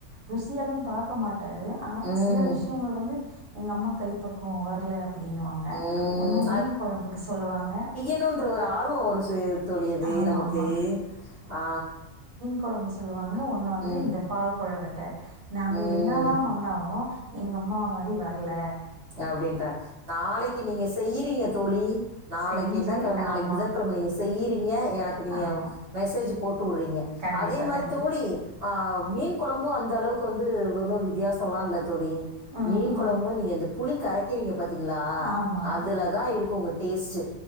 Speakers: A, on the right (about 70°); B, on the right (about 40°).
A: ருசியெல்லா பாக்க மாட்டாரு ஆனா
B: ம் ம்
A: உங்களுக்கு வந்து எங்க அம்மா கைப்பக்குவோ வரல அப்டின்னுவாங்க
B: ம்,
A: ஒன்னு மீன் கொழம்புக்கு சொல்லுவாங்க
B: யுனுன்ற ஒரு ஆர்வோ ஒரு சி தோழி அது
A: ஆமா
B: நமக்கு
A: ஆமா
B: ஆ
A: கொழம்பு சொல்லுவாங்க ஒன்னு வந்து
B: ம்.
A: இந்த பால் கொழகட்ட நாம
B: ம்.
A: என்ன தா பண்ணாலு எங்கம்மா மாரி வர்ல
B: அப்டின்ட நாளைக்கு நீங்க செய்றீங்க தோழி நாளைக்கு
A: செஞ்சு
B: என்ன கெழம நாளைக்கு
A: ஆமா
B: புதன் கெழம நீங்க செய்யுறீங்க எனக்கு நீங்க
A: ஆமா
B: மெசேஜ் போட்டு உட்றீங்க
A: கண்டிப்பா
B: அதே மாரி
A: கண்டிப்பா
B: தோழி ஆ மீன் கொழம்பு அந்த அளவு க்கு வந்து ஒன்னு வித்தியாசோலா இல்ல தோழி
A: ம்
B: மீன்
A: ம்
B: கொழம்பு நீங்க இந்த புளி கரைக் கிறீங்க பாத்தீங்களா
A: ஆமா
B: அதுலதா இருக்கு உங்க டேஸ்ட்டு